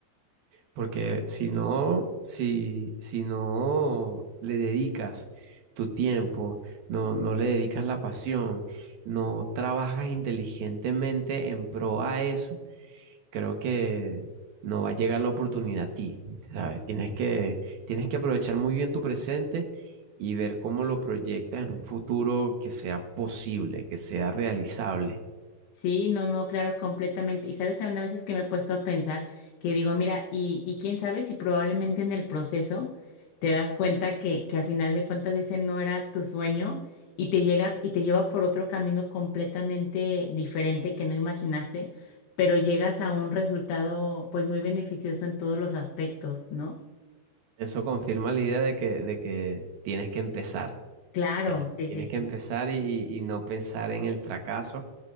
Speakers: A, on the right (about 65°); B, on the left (about 75°).
A: Porque si no, si, si no le dedicas tu tiempo, no, no le dedicas la pasión, no trabajas inteligentemente en pro a eso, creo que no va a llegar la oportunidad a ti, ¿sabes? Tienes que, tienes que aprovechar muy bien tu presente y ver cómo lo proyectas en un futuro que sea posible, que sea realizable.
B: Sí, no, no, claro, completamente. Y sabes también a veces que me he puesto a pensar que digo, mira, y, y quién sabe si probablemente en el proceso te das cuenta que, que a final de cuentas ese no era tu sueño y te llega y te lleva por otro camino completamente diferente que no imaginaste, pero llegas a un resultado pues muy beneficioso en todos los aspectos, ¿no?
A: Eso confirma la idea de que, de que tienes que empezar,
B: Claro,
A: tienes,
B: sí, sí,
A: tienes que
B: sí.
A: empezar y, y y no pensar en el fracaso,